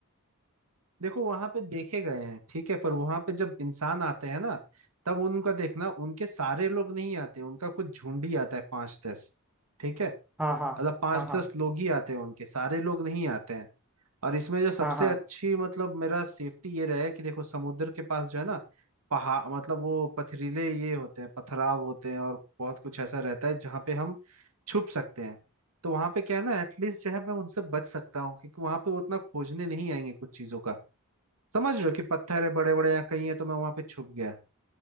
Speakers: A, on the right; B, in the centre.
A: देखो वहां पे देखे गए हैं ठीक है पर वहां पे जब इंसान आते हैं ना तब उनका देखना उनके सारे लोग नहीं आते उनका कुछ झुंड ही आता है पांच दस ठीक है
B: हाँ
A: मतलब
B: हाँ
A: पांच
B: हाँ हाँ
A: दस लोग ही आते हैं उनके सारे लोग नहीं आते हैं और इसमें जो सबसे
B: हाँ हाँ
A: अच्छी मतलब मेरा सेफ्टी ये रहेगा कि देखो समुद्र के पास जो है ना पहाड़ मतलब वो पथरीले ये होते हैं पथराव होते हैं और बहुत कुछ ऐसा रहता है जहाँ पे हम छुप सकते हैं तो वहां पे क्या है ना एटलीस्ट जो है मैं उनसे बच सकता हूँ क्योंकि वहां पे वो उतना खोजने नहीं आएंगे कुछ चीजों का समझ रहे हो कि पत्थर है बड़े बड़े या कहीं है तो मैं वहां पे छुप गया